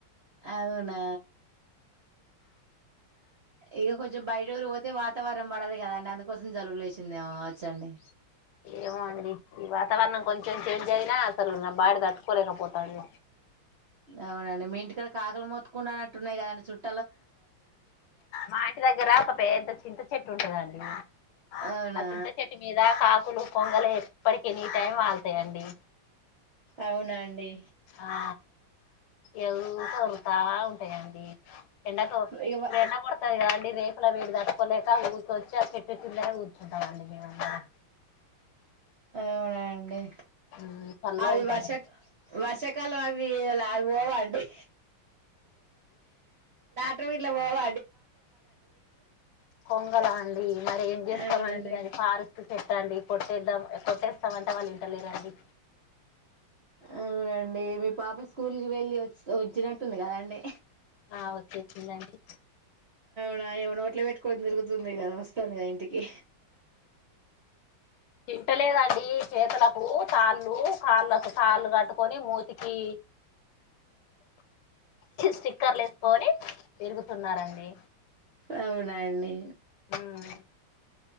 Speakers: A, on the right (about 50°); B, on the left (about 80°).
A: అన్న ఇక కొంచెం బయట ఊరు పోతే వాతావరం పడదు కదండి అందుకోసం జలువులేసిందిేమవచ్చండి
B: ఏమో అండి ఈ వాతావరణం కొంచెం చేంజ్ అయినా అసలు నా బాడి తట్టుకోలేకపోతాడు
A: అవునండి మీ ఇంటికాడ కాకులు మొత్కుండా అన్నటున్నాయి కదాం చుట్ట
B: మాంటి దగ్గర ఒక పెద్ద చింత చెట్టు ఉంటుందండి ఆ
A: అవునా
B: చింత చెట్టు మీద కాకులు కొంగలు ఎప్పటికి ఎనీ టైం వా అస్తే అండి
A: అవునండి
B: ఆ ఎ ఉరుతా ఉ అంది ఎంట త
A: ఇక వ
B: ప్ర కొడత అండి రేకుల వేడి తట్టుకోలేక ఊర్కొచ్చి ఆ చెట్టు కిందల కూర్చుంటామండి మేమందరం
A: అ అవున అండి
B: ఉమ్ చల్లగా
A: అవి
B: ఉంటదండి
A: వర్షక్ వర్షక్ కలో అవిలా పోవడి ట్ <unintelligible> ఇలా పోవ
B: కొంగల అండి మరి ఏం చేస్తామండి
A: అవునండి
B: అది పార్స్ పెట్టండి కొట్టేద్దాం కొట్టేస్తామంట వాళ్ళు ఇంటలేరండి
A: అవునండి మీ పాప స్కూల్కి వెళ్ళి వచ్చి వచ్చినట్టుంది కదా అండి
B: అ వచ్చేతుందండి
A: ట్ట్ <unintelligible> కొని తరుగుతుంది కదా వస్తంది గ ఇంటికి
B: తింటలేదా అండి చేతులకు తాళ్లు కాళ్ళకు తాళ్లు కట్టుకొని మూతికి స్టిక్కర్లు యేసుకొని తిరుగుతున్నారండి
A: అవునా అండి
B: హ్మ్